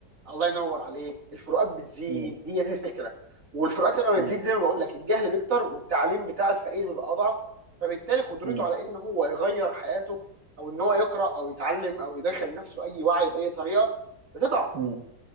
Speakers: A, on the right (about 50°); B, on the right (about 70°).
A: الله ينور عليك الفروقات بتزيد
B: مم.
A: هي دي الفكره والفروقات لما
B: مم.
A: بتزيد زي ما بقول لك الجهل بيكتر والتعليم بتاع الفقير بيبقى اضعف فبالتالي قدرته
B: مم.
A: على ان هو يغير حياته او ان هو يقرا او يتعلم او يدخل نفسه اي وعي باي طريقه بتضعف
B: مم.